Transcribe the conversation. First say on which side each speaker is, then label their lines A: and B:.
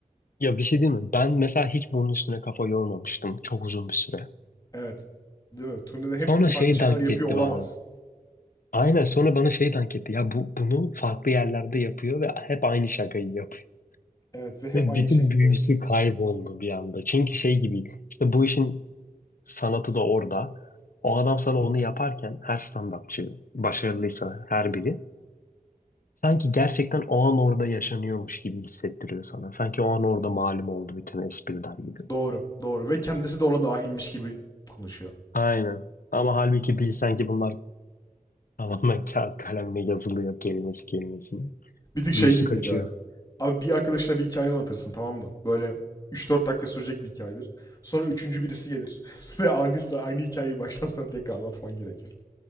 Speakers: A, on the left (about 80°); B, on the left (about 25°).
A: ya bir şey değil mi? Ben mesela hiç bunun üstüne kafa yormamıştım çok uzun bir süre.
B: Evet. Değil mi? Turnede
A: Sonra
B: hepsinde
A: şey
B: farklı şakalar
A: dank
B: yapıyor
A: etti
B: olamaz.
A: bana. Aynen sonra bana şey dank etti. Ya bu bunu farklı yerlerde yapıyor ve hep aynı şakayı yapıyor.
B: Evet ve hep
A: Ve
B: aynı
A: bütün
B: şekilde
A: büyüsü
B: yapıyor.
A: kayboldu bir anda. Çünkü şey gibi işte bu işin sanatı da orada. O adam sana onu yaparken her stand-upçı başarılıysa her biri sanki gerçekten o an orada yaşanıyormuş gibi hissettiriyor sana. Sanki o an orada malum oldu bütün espriler gibi.
B: Doğru, doğru. Ve kendisi de ona dahilmiş gibi konuşuyor.
A: Aynen. Ama halbuki bilsen ki bunlar tamamen <laughs> kağıt kalemle yazılıyor kelimesi kelimesine.
B: Bir tık şey
A: Büyüsü
B: gibi
A: kaçıyor.
B: geliyor ya. Abi bir arkadaşına bir hikaye anlatırsın tamam mı? Böyle üç dört dakika sürecek bir hikayedir. Sonra üçüncü birisi gelir. <laughs> Ve aynı sıra aynı hikayeyi baştan sona tekrar anlatman gerekir.